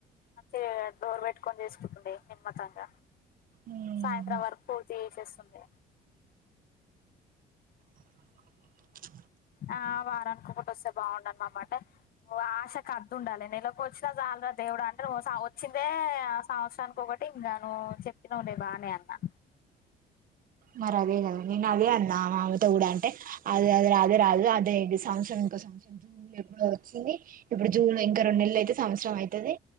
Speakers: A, on the left (about 60°); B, on the right (about 55°).
A: అంటే డోర్పెట్ కోనిచేసుకుంటండే నిమ్మతంగా
B: ఉమ్
A: సాయంత్రం వరకు పూర్తి చేసేస్తుంది
B: <unintelligible>
A: ఆ వారనీకోకటి వస్తే బాగుండు అన మాట ఓ ఆశకద్దు ఉండాలి నెలకి వచ్చినా చాలరా దేవుడు అంటే వచ్చిందే ఆ సంవత్సరానికి ఒక కాట్టి ఇంకాను చెప్పినఉలే బాగానే అన్నా
B: మరి అదే కదా నేను అదే అన్నా మామతో కూడా అంటే అదేఅదే అదే రాదు అదేది సంత్సరం ఇంకో సంవత్సర జూన్ ఎప్పుడు వచ్చింది ఇప్పుడు జూన్ ఇంకా రెండు నెలలు అయితే <inaudible> సంవత్సరం అయితది